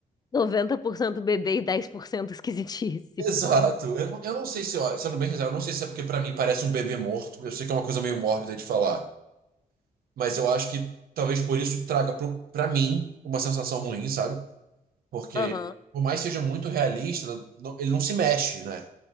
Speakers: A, on the left; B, on the right.
A: noventa por cento bebê e 10% esquisitice.
B: Exato. Eu, não- eu não sei se, ó, sendo bem sincero, eu não sei se é porque pra mim parece um bebê morto. Eu sei que é uma coisa meio mórbida de falar, mas eu acho que talvez por isso traga pro, pra mim uma sensação ruim, sabe? Porque
A: Aham.
B: por mais que seja muito realista, não- ele não se mexe, né?